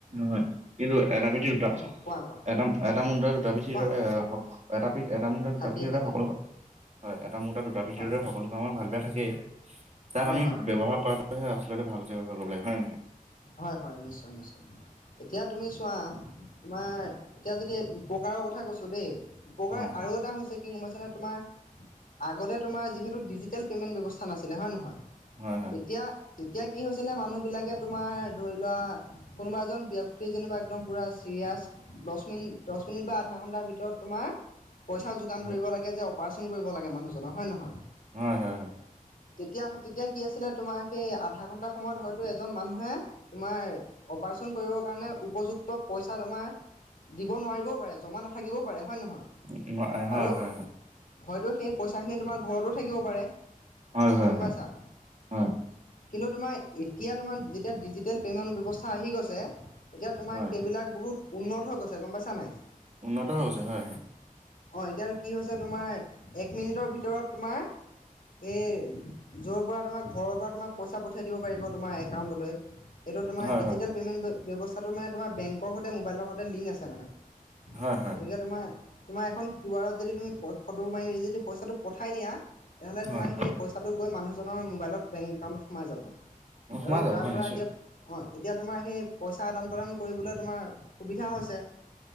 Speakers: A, on the right; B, on the left.
A: হয়, কিন্তু এটা ভেতিত
B: অ' কোৱা। কোৱা
A: এটা এটা মুণ্ডত দুটা পিছিৰ
B: কোৱা
A: দৰে এটাি এটা মুণ্ত
B: থাকেই
A: দুটা পিছিৰ
B: থাকেই
A: দৰে সকলো হয়। এটা মৰা দুটা ভিত
B: হয়
A: দৰে সকলো কামৰ ভাল বেয়া থাকেই তাক
B: হয়
A: আমি
B: হয়
A: ব্যৱহাৰ কৰাটোহে আ তে ভালকে কৰিব লাগে হয় নহয়?
B: হয় হয় নিশ্চয় নিশ্চয় এতিয়া তুমি চোৱা তোমাৰ এতিয়া যদি উপকাৰৰ কথা কৈছো দেই উপকাৰ
A: নহয়? হয়
B: আৰু এটা হৈছে কি গমপাইছানে তোমাৰ আগতে তোমাৰ যিহেতু ডিজিটেল পেমেন্ট ব্যৱস্থা নাছিলে হয় নহয়,
A: হয়
B: তেতিয়া তেতিয়া কি হৈছিলে মানুহ বিলাকে ত তোমাৰ ধৰি লোৱা কোনোবা এজন ব্যক্তি যিনিবা একদম পুৰা চিৰিয়াছ দহ মিনিট যেনিবা বা আধা ঘণ্টাৰ ভিতৰত তোমাৰ পইচা যোগান
A: হয়
B: ধৰিব লাগে যে অপাৰেচন কৰিব লাগে মানুহজনৰ হয়নে নহয়।
A: হয় হয়
B: তেতিয়া তেতিয়া কি আছিলে তোমাৰ সেই আধা ঘন্টা সময়ত হয়তো এজন মানুহে তোমাৰ অপাৰেচন কৰিবৰ কাৰণে উপযুক্ত পইচা তোমাৰ দিব নোৱাৰিবও পাৰে, জমা নাথাকিবও পাৰে। হয়, নহয়,
A: হয়
B: আৰু
A: হয় হয় হয় হয়।
B: হয়তো সেই পইচাখিনি তোমাৰ ঘৰতো থাকিব পাৰে।
A: হয়, হয়,
B: গম
A: হয়,
B: পাইছা
A: হয়।
B: কিন্তু তোমাৰ এতিয়া তোমাৰ যেতিয়া ডিজিটেল পে'মেণ্ট ব্যৱস্থা। আচ আহি গৈছে এতিয়া তোমাৰ
A: হয়
B: সেইবিলাক বহুত উন্নত হৈ গৈছে গম পাইছা নাই
A: উন্নত হৈছে হয় হয়।
B: অ', এতিয়াতো কি হৈছে তোমাৰ এক মিনিটৰ ভিতৰত তোমাৰ এই য'ৰ পৰা ব ঘৰৰ পৰা তোমাৰ পইচা পঠিয়াই দিব পাৰিব তোমাৰ একাউন্তলৈ, সেইটো তোমাৰ
A: হয়
B: ডিজিটেল
A: হয়
B: পেমেণ্ট ব্যৱস্থা কাটো মানে তোমাৰ বেংকৰ সৈতে মোবাইলৰ সৈতে লিংক আছে মানে,
A: হয় হয় হয়
B: গতিকে তোমাৰ তোমাৰ এখন কিউ আৰত যদি তুমি ফটো মাৰি যদি পইচাটো পঠাই দিয়া তেনেহ'লে তোমাৰ
A: হয়।
B: সেই পইচাটো গৈ মানুহজনৰ মোবাইলত বেংক একাউণ্টত সোমাই যাব
A: অ', সোমাই
B: আৰু
A: যাব
B: তাৰ
A: হয়
B: পৰা
A: নিশ্চয়
B: এতিয়া, হয় এতিয়া তোমাৰ সেই পইচা আদান প্ৰদান কৰিবলৈ তোমাৰ সুবিধা হৈছে